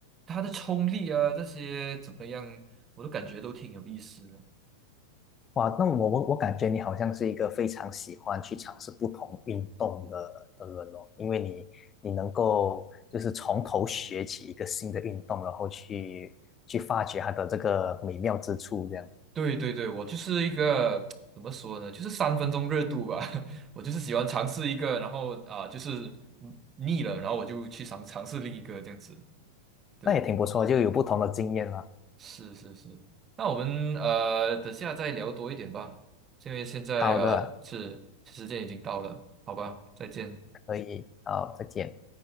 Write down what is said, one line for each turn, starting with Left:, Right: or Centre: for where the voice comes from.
Right: 他的冲力啊这些怎么样，我都感觉都挺有意思的。
Left: 哇，那我我我感觉你好像是一个非常喜欢去尝试不同运动的的人哦，因为你你能够就是从头学起一个新的运动，然后去去发掘它的这个美妙之处，这样
Right: 对对对，我就是一个怎么说呢，就是三分钟热度吧。<laughs> 我就是喜欢尝试一个，然后啊、就是嗯腻了，然后我就去尝尝试另一个这样子。对，
Left: 那也挺不错，就有不同的经验了。
Right: 是是是。那我们呃，等下再聊多一点吧，因为现在呃是时间已经到了，
Left: 好的，
Right: 好吧，再见。
Left: 可以，好，再见。